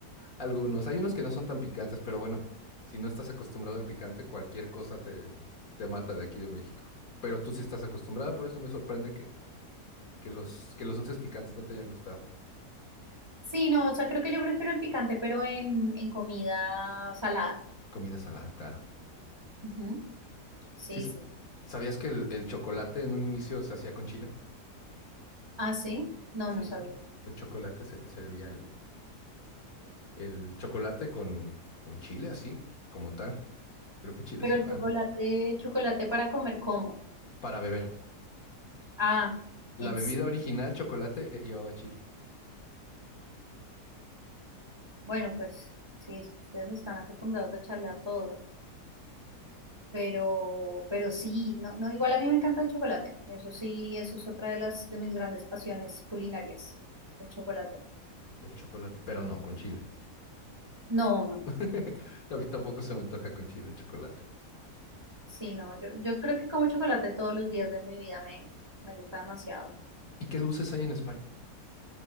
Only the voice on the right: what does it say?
Sí, no, o sea, creo que yo prefiero el picante, pero en, en comida salada.
Ujú. Sí,
sí.
Ah, sí, no,
no sabía.
Pero
el chocolate, chocolate para comer, ¿cómo?
Ah,
en
se-
bueno, pues sí, es que ustedes están acostumbrados a echarle a todo, pero, pero sí, no, no, igual a mí me encanta el chocolate, eso sí, eso es otra de las de mis grandes pasiones culinarias, el chocolate.
No, no,
sí, no, yo, yo creo que como chocolate todos los días de mi vida me, me gusta demasiado.